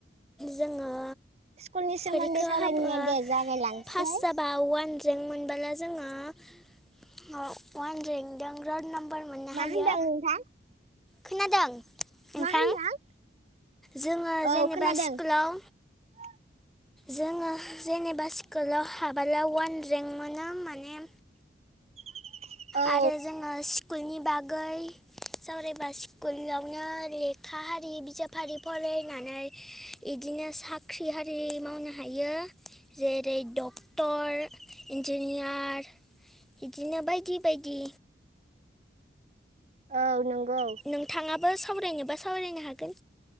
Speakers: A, in the centre; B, on the right.
A: जोङो
B: स्कुलनि सोमोन्दै
A: फरिखा
B: सावरायनाया
A: हाबा
B: दे जागायलांसै
A: पास जाबा वान रेंक मोनबोला जोङो वानरेंक दों रल नाम्बार मोननो
B: मा
A: हायो
B: होनदों नोंथां
A: खोनादों? नोंथां
B: मा होनदों?
A: जोङो जेनेबा
B: औ खोनादों
A: स्कुलाव
B: <unintelligible>
A: जोङो जेनेबा स्कुलाव हाबोला वान रेंक मोना होमबा ने?
B: <unintelligible> औ
A: आरो जोङो स्कुलनि बागै सावरायबा स्कुलावनो लेखा हारि बिजाब फारि फरायनानै बिदिनो साख्रि आरि मावनो हायो जेरै डक्टर इन्जिनयार बिदिनो बायदि बायदि
B: औ नंगौ
A: नोंथाङाबो सावरायनोबा सावरायनो हागोन